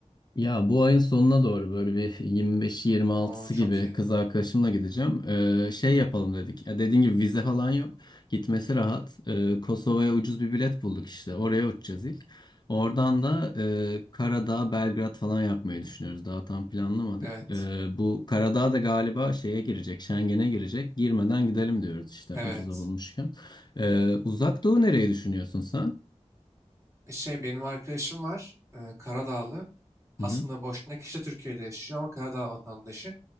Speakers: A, on the left; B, on the right.
A: Ya bu ayın sonuna doğru böyle bir 25-26'sı
B: Aa, çok
A: gibi
B: iyi.
A: kız arkadaşımla gideceğim. Ee, şey yapalım dedik. Ya dediğin gibi vize falan yok. Gitmesi rahat. Ee, Kosova'ya ucuz bir bilet bulduk işte. Oraya uçacağız ilk. Oradan da e, Karadağ, Belgrad falan yapmayı düşünüyoruz. Daha tam planlamadık.
B: Evet.
A: Ee, bu Karadağ da galiba şeye girecek, Schengen'e girecek. Girmeden gidelim diyoruz işte
B: Evet.
A: ucuza bulmuşken. Ee, Uzak Doğu nereyi düşünüyorsun sen?
B: E, Şey benim arkadaşım var e, Karadağlı. Aslında
A: Hı hı.
B: boşuna kişi de Türkiye'de yaşıyor ama Karadağ vatandaşı.